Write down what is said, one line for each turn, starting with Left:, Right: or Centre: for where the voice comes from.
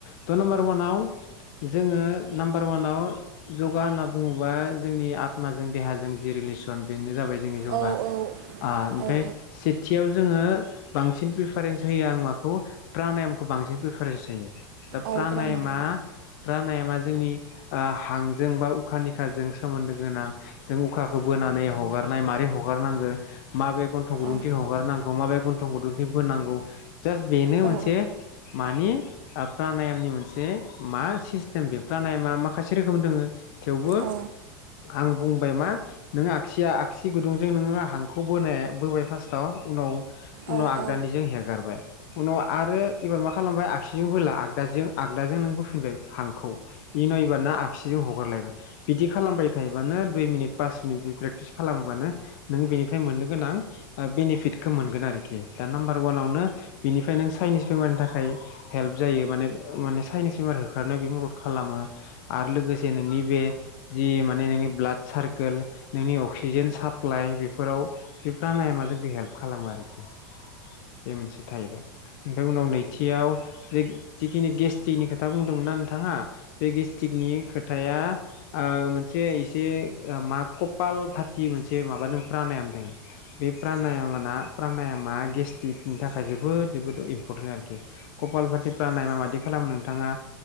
Left: थ नाम निमबार अवानाव जोङो नाम्बार अवानाव इउगा होनना बुङोबा जोंनि आत्माजों देहाजों जि रिलेसन बेनो जाबाय जोंनि जौगा
Right: औ
Left: आ ओमफ्राय
Right: औ
Left: से थियाव जोङो बांसिन प्रिफारेन्स होयो आं माखौ प्रानायमखौ बांसिन प्रिफारेन्स होयो
Right: औ
Left: प्रानायामआ
Right: प्रानायाम
Left: प्रानायमा जोंनि आ हांजों बा उखानिखाजों सोमोन्दो गोनां जों उखाखौ बोनानै हगारनाय मारै हगारनांगोन माबे गन्थं गुदुंथिं
Right: औ
Left: हगारनांगौ माबे गन्थं गुदुंथि बोनांगौ जास बेनो
Right: औ
Left: मोनसे मानि आ प्रानायमनि मोनसे मा सिस्टेम बेफ्रानाय मा माखासे रोखोम दङ थेवबो
Right: औ
Left: आं बुंबाय मा नों आगसिया आगसि गुदुंजों नोङो हांखौ बोनाय बोबाय फार्स्टआव उनाव उनाव
Right: औ
Left: आगदानिजों
Right: औ
Left: हेगारबाय उनाव आरो एबार मा खालामबाय आगसिजों बोला आगदाजों आगदाजों नों बोफिनबाय हांखौ इ नायबा ना आगसिजों हगारलायबाय बिदि खालामबाय थायोबानो दुइ मिनिट पास मिनिट प्रेकटिस खालामोबानो नों बेनिफ्राय मोननो गोनां बेनिफिटखौ मोनगोन आरोखि दा नाम्बार अवानावनो बिनिफ्राय नों चाइनिस बेमारनि थाखाय हेल्प जायो माने। माने साइनिस बेमार होखारनो बे मदद खालामो आरो लोगोसे नोंनि बे जि माने नोंनि ब्लाड सारकोल नोंनि अक्सिजेन साप्लाइ बेफोराव बे प्रानायमआ जोंखौ हेल्प खालामो आरोखि बे मोनसे थाहैबाय ओमफ्राय उनाव नैथियाव जे जि नि गेस्टिकनि खोथा बुंदोंमोन ना नोंथाङा बे गेस्टिकनि खोथाया आ मोनसे एसे मा कपाल भाति मोनसे माबा दं प्रानायमा दों बे प्रानायमआ ना प्रानायमा गेस्ट्रिकनि थाखाय जोबोद जोबोद इम्परटेन्ट आरोखि कपाल भाति प्रानायमा बिदि खालामनो नोंथाङा